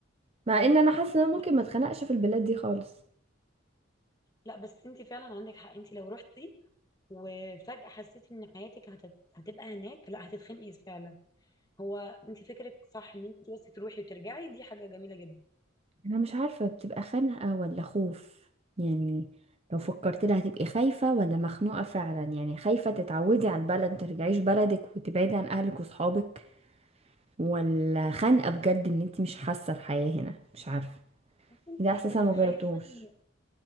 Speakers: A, on the right; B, on the left.
A: مع ان انا حاسة ان أنا
B: لا
A: ممكن ما اتخنقش في البلاد دي خالص
B: لا بس انت فعلا عندك حق انت لو رحتي وفجأة حسيتي ان حياتك هت... هتبقى هناك لا هتتخنقي فعلا هو انت فكرك صح ان انت بس تروحي وترجعي دي حاجة جميلة جدا
A: انا مش عارفة بتبقى خنقة ولا خوف يعني لو فكرت لها هتبقي خايفة ولا مخنوقة فعلا يعني خايفة تتعودي على البلد مترجعيش بلدك وتبعدي عن اهلك وصحابك ولا خنقة بجد ان انت مش حاسة الحياة هنا مش عارفة
B: انت
A: ده احساس
B: كوني
A: انا مجربتوش
B: خايفة ان